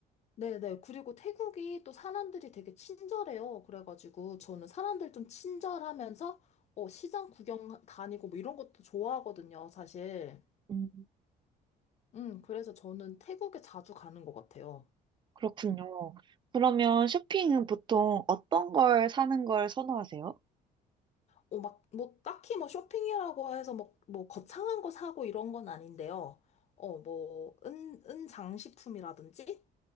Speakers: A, on the left (about 40°); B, on the right (about 30°).
A: 네네. 그리고 태국이 또 사람들이 되게 친절해요. 그래가지고 저는 사람들 좀 친절하면서 어, 시장 구경 다니고 뭐 이런 것도 좋아하거든요, 사실.
B: 음.
A: 음, 그래서 저는 태국에 자주 가는 것 같아요.
B: 그렇군요. 그러면 쇼핑은 보통 어떤 걸 사는 걸 선호하세요?
A: 어, 막, 뭐, 딱히 뭐 쇼핑이라고 해서 뭐, 뭐, 거창한 거 사고 이런 건 아닌데요. 어, 뭐, 은, 은 장식품이라든지,